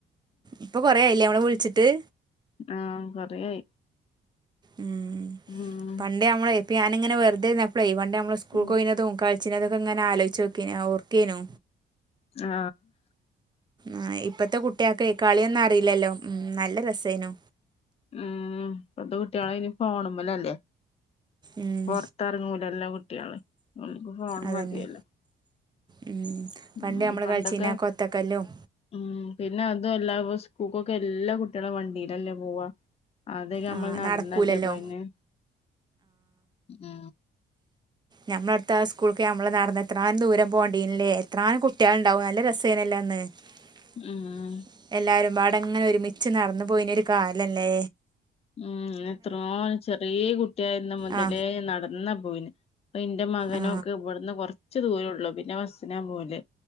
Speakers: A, on the right; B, on the left.
A: ഇപ്പൊ കൊറ ആയില്ലേ അവവിടെ വിളിച്ചിട്ട് ട്ട്
B: ആ കൊറേആയി
A: ഉം.
B: ഉം
A: പണ്ട് നമ്മളെ ഞാനിങ്ങനെ വെറുതെര്ന്നപ്പളെയ് വ ഡേ നമ്മള് സ്കൂൾക്ക്
B: ഉം
A: പോയിന്നതും കൾ ച്ചിനലത്ങ്ങനെ ആലോച്ചൊക്കേയ്രുന്നു ഓർക്കേനു
B: ആ
A: ആ ഇപ്പത്തെ കുട്ട്യാക്കേയ് കളിയൊന്നും അറീലല്ലോ ഉം നല്ല രസേനു
B: ഉം ഇപ്പത്തെ കുട്ട്യാളൈന് ഫോണ്മ്മലല്ലേ
A: ഉം.
B: പൊർത്തെർങ്ങൂലല്ലോ കുട്ട്യാള് അവര്ക് ഫോൺ
A: അതന്നെ
B: മതിയല്ലോ
A: ഉം
B: ഉം
A: പണ്ട് നമ്മള്
B: പണ്ടൊക്കെ
A: കൾച്ചീന ആ കൊത്തക്കല്ലും
B: ഉം പിന്നെ അതും അല്ല ഇപ്പ സ്കൂക്കൊക്കെ എല്ലാ കുട്ടികള വണ്ടിയിലല്ലേ പോവാ അതൊക്കെ നമ്മൾ
A: ആ
B: നടന്നല്ലേ
A: നടക്കൂലല്ലോ
B: പോയിന് ഉ
A: ഞമ്മുടെ അടുത്ത ആ സ്കൂൾക്ക് നമ്മള് നടന്നന്ന് എത്രാനും ദൂരം പോകേണ്ടിനല്ലേ എത്രാനും കുട്ടികൾണ്ടാവും നല്ല രസേനല്ലേ <unintelligible>
B: ഉം
A: എല്ലാരും വാട് അവിടെങ്ങനെ ഒരുമിച്ച് നടന്നു പോയനൊ ഒരു കാലംല്ലേ
B: ഉം എത്രോ ചെറിയ കുട്ടിയായിരുന്നു മുതലേ
A: ആ
B: നടന്ന പോയിന് ഇപ്പൊ ഇന്റെ മകനൊക്കെ
A: ആ
B: ഇവിടുന്ന് കൊർ <unintelligible> റച്ച് ദൂരള്ളൂ പിന്നെ ബസ്നാ പോവല്